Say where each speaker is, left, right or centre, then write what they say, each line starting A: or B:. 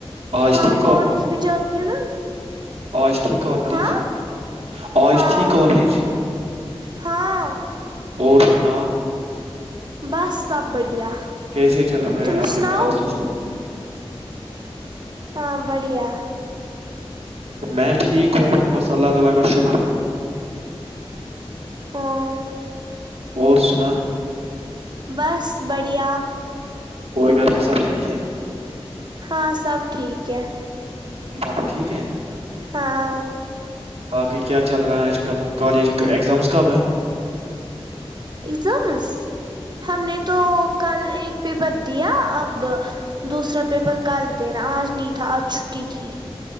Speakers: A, on the right (about 80°); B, on the right (about 45°).
A: آج
B: ہاں
A: تھی
B: کالج بھی جاتی ہوں نا
A: ایجھی کالججھی
B: ہاں ہاں
A: کالج
B: ہاں
A: اور سنا
B: بس سب بڑھیا
A: کیسے چل رہے
B: تم
A: ہیں آپ
B: سناؤ
A: کے کلاسز
B: ہاں بڑھیا
A: میں ٹھیک ہوں بس اللہ تعالی کا شکر
B: <unintelligible>
A: اور سنا
B: بس بڑھیا
A: اور گھر میں سب ٹھیک ہیں
B: ہاں سب ٹھیک ہے
A: پاؤپا ٹھیک ہے
B: ہاں
A: باقی کیا چل رہے ہے آج کل کالج کے اگزامز کب ہیں
B: اگزامس ہم نے تو کل ایک پیپر دیا اب دوسرا پیپر کل دینا آج نہیں تھا آج چھٹی تھی